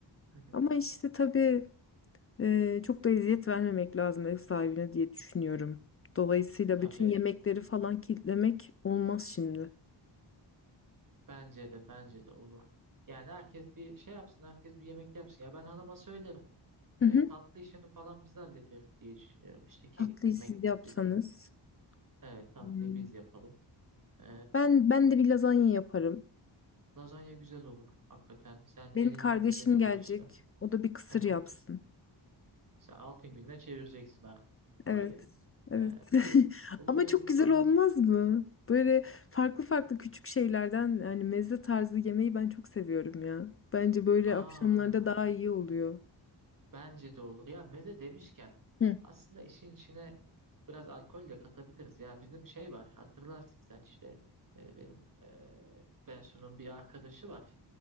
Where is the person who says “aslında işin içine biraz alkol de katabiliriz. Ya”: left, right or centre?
Right